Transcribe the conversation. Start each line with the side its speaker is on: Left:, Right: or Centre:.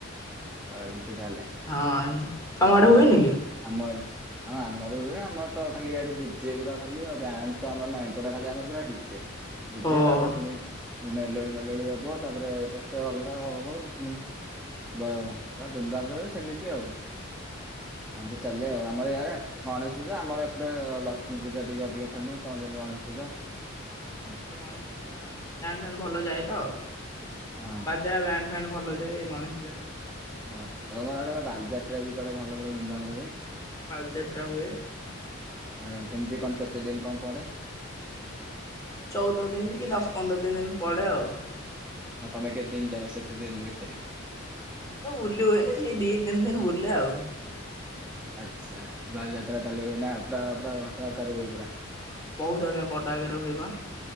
Centre: ଓ, ଏମିତି ତାହେଲେ
Left: ହଁ ତମଆଡେ
Centre: ଆମ
Left: ହୁଏନି କି?
Centre: ଆମର ଆଡ଼ ହଁ ଆମର ହୁଏ, ଆମର ତ ଖାଲି ଇଆଡେ, ଡିଜେଗୁରା ଖାଲି ଆଉ। ବ୍ୟାଣ୍ଡ ତ ଆମର ନାଇଁ ଏପଟେ ଖାଲି ଆମର ପୁରା ଡିଜେ। ଡିଜେ,
Left: ଓ ହଁ
Centre: ତାପରେ ପୁଣି ମେଲୋଡି ମେଲୋଡି ହବ ତାପରେ କେତେ ଅଲଗା ହବ ପୁଣି ବୟ ପୁରା ଧୁମଧାମରେ ହୁଏ ସେମିତି ଆଉ। ଏମିତି ଚାଲେ ଆଉ। ଆମର ଇଆଡେ ଗଣେଶ ପୂଜା, ଆମର ଏପଟେ ଲକ୍ଷ୍ମୀ ପୂଜା ଟିକେ ଅଧିକ ଫେମସ, ତମ ଯେମିତି ଗଣେଶ ପୂଜା।
Left: ଆମର
Centre: ହଁ
Left: ଏପଟ ଗଣେଶ ପୂଜା ବ୍ୟାଣ୍ଡ ଫ୍ୟାଣ୍ଡ ଭଲ ଯାଏ ତ,
Centre: ହଁ ହଁ।
Left: ବାଜା ବ୍ୟାଣ୍ଡ ଫ୍ୟାଣ୍ଡ ଭଲ ଯାଏ, ଗଣେଶ ପୂଜା ଫେମସ ଅଛି ଆଉ।
Centre: ହଁ ତମର ହିଆଡେ ପା ବାଲିଯାତ୍ରା ବି କୁଆଡେ ଭଲ, ଭଲ ଧୁମଧାମ
Left: ହଁ
Centre: ରେ ହୁଏ?
Left: ଆମ ବାଲିଯାତ୍ରା ହୁଏ
Centre: ଆ
Left: ବହୁତ
Centre: କେମିତି
Left: ଷ୍ଟଲ୍
Centre: କଣ,
Left: ପଡେ
Centre: କେତେ ଦିନ କଣ ପଡେ?
Left: ଏଇ ଚଉଦ ଦିନି କି, ଦଶ ପନ୍ଦର ଦିନ ଇନ୍ତି ପଡେ ଆଉ।
Centre: ଆ ତମେ କେତେ ଦିନ ଯାଅ, ସେତେ ଦିନ ଭିତରେ?
Left: ଏତେ ଦିନ ବୁଲି ହୁଏନି ହେଇ ଦିଇ ତିିନ ଦିନ ବୁଲେ ଆଉ।
Centre: ଆଚ୍ଛା, ବାଲିଯାତ୍ରା ତାଲେ ହୁଏ ନା ପୁରା ପୁରା ବଟ ଆକାରରେ ହୁଏ ପୁରା।
Left: ହଁ ବହୁତ ଆଜ୍ଞା ବଡ ଆକାରରେ ହୁଏପା,